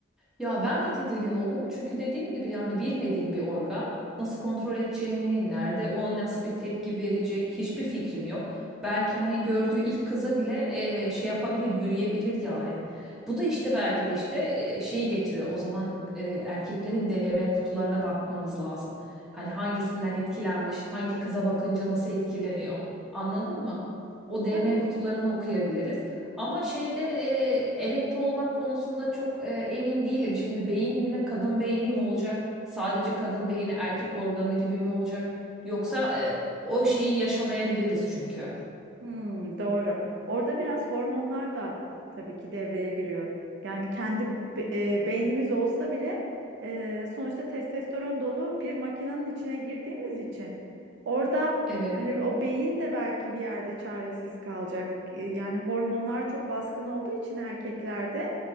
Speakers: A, in the centre; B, on the right (about 60°).
A: Ya ben de tedirgin olurum çünkü dediğim gibi yani bilmediğim bir organ nasıl kontrol edeceğimi, nerede o nasıl bir tepki verecek hiçbir fikrim yok. Belki hani gördüğü ilk kıza bile e, şey yapabilir, yürüyebilir yani. Bu da işte belki de işte e, şeyi getiriyor. O zaman e, erkeklerin DM kutularına bakmamız lazım. Hani hangisinden etkilenmiş, hangi kıza bakınca nasıl etkileniyor. Anladın mı? O DM
B: Tabii.
A: kutularını okuyabiliriz. Ama şeyde e, erekte olmak konusunda çok e, emin değilim. Şimdi beyin yine kadın beyni mi olacak? Sadece kadın beyni erkek organı gibi mi olacak? Yoksa e, o şeyi yaşamayabiliriz çünkü.
B: Hmm, doğru. Orada biraz hormonlar da tabii ki devreye giriyor. Yani kendi be- e, beynimiz olsa bile e, sonuçta testosteron dolu bir makinenin içine girdiğimiz için orada
A: Evet,
B: hani o beyin de belki bir yerde çaresiz kalacak. E, yani hormonlar çok baskın olduğu için erkeklerde